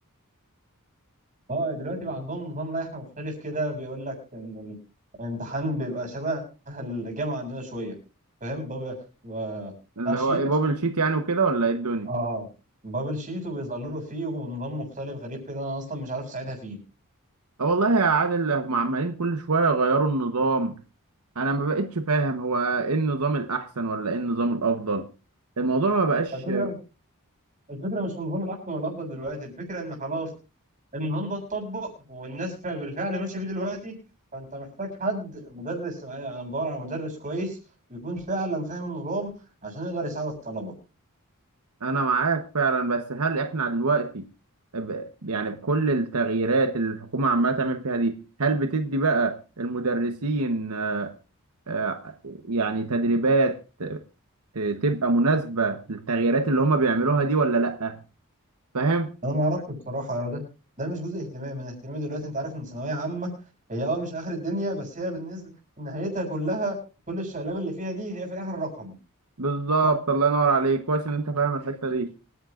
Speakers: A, on the right; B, on the right.
A: اه دلوقتي بقى عندهم نظام لائحة مختلف كده بيقول لك ان الامتحان بيبقى شبه الجامعة عندنا شوية فاهم بابل بيبقى
B: اللي
A: بتاع شيت
B: هو ايه بابل شيت يعني وكده ولا ايه الدنيا
A: اه بابل شيت وبيظللوا فيه ونظام مختلف غريب كده انا اصلا مش عارف اساعدها فيه
B: اه والله يا عادل هم عمالين كل شويه يغيروا النظام انا ما بقتش فاهم هو ايه النظام الاحسن ولا ايه النظام الافضل الموضوع ما بقاش
A: الفكرة الفكرة مش في النظام الأحسن ولا الأفضل دلوقتي الفكرة إن خلاص النظام ده اتطبق والناس فا- بالفعل ماشية بيه دلوقتي فأنت محتاج حد مدرس آه، أنا بدور على مدرس كويس يكون فعلا فاهم النظام عشان يقدر يساعد الطلبة
B: انا معاك فعلا بس هل احنا دلوقتي ب- يعني بكل التغييرات اللي الحكومة عمالة تعمل فيها دي هل بتدي بقى المدرسين آه، يعني تدريبات ت- تبقى مناسبة للتغييرات اللي هما بيعملوها دي ولا لأ فاهم
A: انا ما اعرفش بصراحه هو ده ده مش جزء اهتمامي من اهتمامي دلوقتي انت عارف ان ثانويه عامه هي اه مش اخر الدنيا بس هي بالنسبه نهايتها كلها كل الشقلاب اللي فيها دي هي في الاخر رقم
B: بالظبط
A: صح
B: الله ينور عليك كويس ان انت فاهم الحتة دي